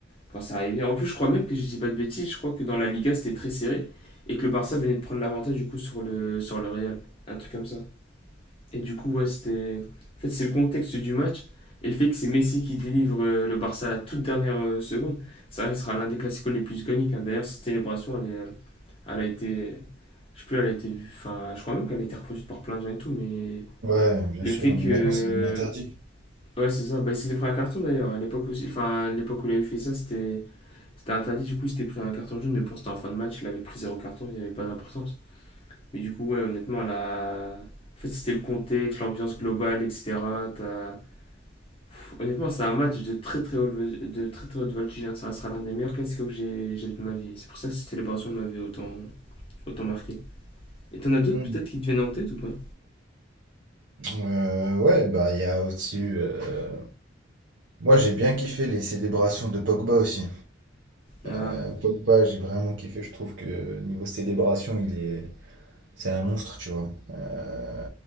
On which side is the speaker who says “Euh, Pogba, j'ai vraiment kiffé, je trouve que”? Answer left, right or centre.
Right